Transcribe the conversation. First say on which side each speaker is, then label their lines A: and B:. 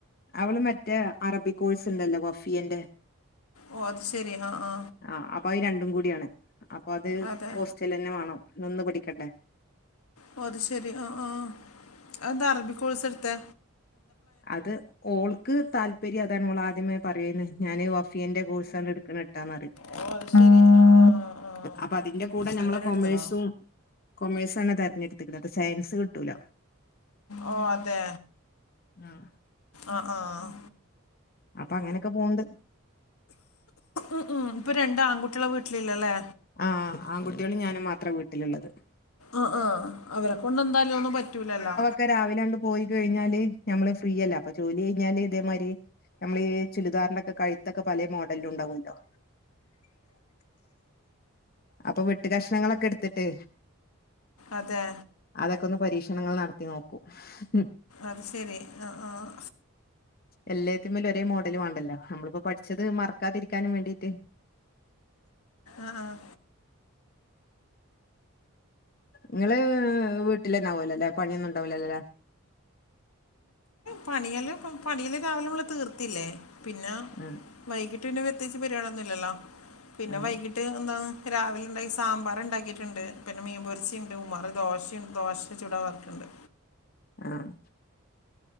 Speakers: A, on the left (about 40°); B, on the left (about 85°).
A: അവള് മറ്റേ അറബി കോഴ്സ്ണ്ടല്ലോ വഫിയന്റെ
B: ഓ അത് ശരി ആ ആ
A: ആഹ് അപ്പൊ അത് രണ്ടും കൂടിയാണ് അപ്പൊ അത്
B: അതെ
A: ഹോസ് റ്റലന്നെ വാണം നിന്ന് പടിക്കണ്ടേ
B: ഓ അത് ശെരി ആഹ് ആഹ് അഹ് എന്താ അറബികോഴ്സെടുത്തെ
A: അത് ഓൾക്ക് താല്പര്യം അതാണ് ഓൾ ആദ്യമേ പറയീന്ന് ഞാന് വഫിയന്റെ കോഴ്സാണ് ഇടുക്കണട്ടാന്നറിയും
B: ഓ അത് ശരി ആ ആ ആ
A: അപ്പൊ അതിന്റെ കൂടെ ഞമ്മളെ
B: അങ്ങനെ
A: കൊമേഴ്സും
B: എടുത്തതാ
A: കൊമേഴ്സ ആണ് തിരഞ്ഞെടുത്ക്ക്ണ് സയൻസ് കിട്ടൂലാ
B: ഓ അതെ
A: ആഹ്
B: ആഹ് ആഹ്
A: അപ്പൊ അങ്ങനൊക്കെ പൊണണ്ട്
B: ആഹ് ആഹ് ഇപ്പൊ രണ്ടാൺകുട്ടികളാ വീട്ടില് ഒള്ളല്ലെ
A: ആഹ് ആൺകുട്ടികളും ഞാനും മാത്ര വീട്ടിലുള്ളത്
B: ആഹ് ആഹ് അവരെക്കൊണ്ട് എന്താലും ഒന്നും പറ്റൂലല്ലോ
A: ക്കെ രാവിലങ്ങണ്ട് പോയി കഴിഞ്ഞാല് നമ്മള് ഫ്രീയല്ലേ അപ്പൊ ജോലി കഴിഞ്ഞാല് ഇതേമാരി നമ്മളീ ചുരിദാറിന്റെക്കെ കഴുത്തൊക്കെ പല മോഡലിലും ഉണ്ടാവോല്ലോ അപ്പൊ വെട്ട്കഷ്ണങ്ങളൊക്കെടുത്തിട്ട്
B: അതെ
A: അതൊക്കെ ഒന്ന് പരീക്ഷണങ്ങൾ നടത്തി നോക്കൂ <unintelligible>
B: അത് ശെരി ആഹ് ആഹ്
A: എല്ലാത്തിൻമലും ഒരേ മോഡലും വേണ്ടല്ലോ നമ്മളിപ്പോ പഠിച്ചത് മറക്കാതിരിക്കാനും വേണ്ടിട്ട്
B: ആഹ് ആഹ്
A: ങ്ങള് വീട്ടിലന്നെആവോലോലേ പണിയൊന്നുംണ്ടാവൂലല്ലേ
B: പണിയല്ലാ പണിയൽ രാവിലെമ്മൾ തീർത്തില്ലേ പിന്നെ
A: ആഹ്
B: വൈകിട്ട് പിന്നെ പ്രതേയ്ച്ച് പണിയൊന്നില്ലല്ലോ പിന്നെ
A: ആഹ്
B: വൈകിട്ട് ട്ട് എന്താണ് രാവിലെണ്ടാക്കിയസാമ്പാർണ്ടാക്കിട്ടുണ്ട് പിന്നെ മീൻപൊരിച്ചിണ്ട് ഉമാർ ദോശണ്ട് ദോശ് ചൂടാവാർക്കുണ്ട്
A: ആഹ്